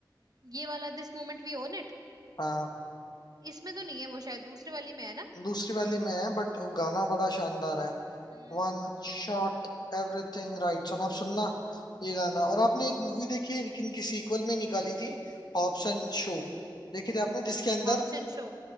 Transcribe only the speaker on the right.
ये वाला this moment we own it
इसमें तो नहीं है वो शायद दूसरी वाली में है ना
हम्म
Hobbs and Shaw